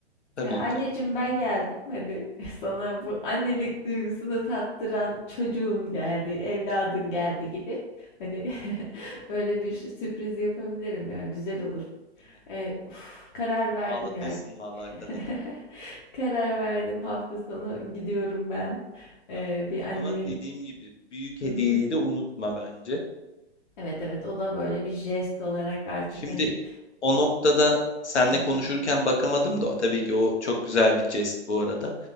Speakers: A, on the left (about 75°); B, on the left (about 45°).
A: tabii
B: E, anneciğim
A: ki.
B: ben geldim hani <laughs> sana bu annelik duygusunu tattıran çocuğun geldi, evladın geldi gibi. Hani <laughs> böyle bir sürpriz yapabilirim ya, güzel olur.
A: Evet,
B: E, uf, karar verdim
A: ağlatırsın
B: ya.
A: vallahi
B: <laughs>
A: kadını.
B: Karar verdim hafta sonu gidiyorum ben. E,
A: Tamam.
B: bir annemin
A: Ama dediğim gibi büyük
B: Hı
A: hediyeyi
B: hı.
A: de unutma bence.
B: Evet evet o da böyle bir jest olarak artık
A: Şimdi
B: hani
A: o noktada seninle
B: Hı
A: konuşurken
B: hı.
A: bakamadım da tabii ki o çok güzel bir jest bu arada.